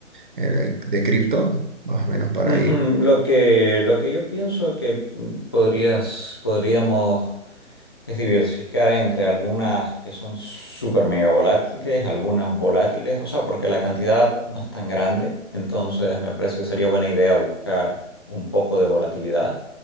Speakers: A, on the right (about 40°); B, on the left (about 20°).
A: eh, de cripto? Más o menos para
B: Ujú,
A: ir.
B: Lo que, lo que yo pienso que mm, podrías, podríamos Es diversificar entre algunas que son súper mega volátiles, algunas volátiles, o sea, porque la cantidad no es tan grande, entonces me parece que sería buena idea buscar un poco de volatilidad.